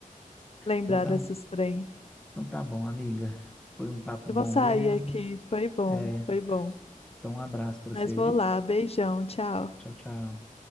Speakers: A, on the left; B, in the centre.
A: lembrar
B: Então tá,
A: desses trem.
B: então tá bom, amiga. Foi um papo
A: Eu
B: bom
A: vou sair
B: mesmo.
A: aqui, foi bom,
B: É,
A: foi bom.
B: então um abraço para
A: Mas
B: você,
A: vou
B: viu?
A: lá, beijão, tchau.
B: Tchau, tchau.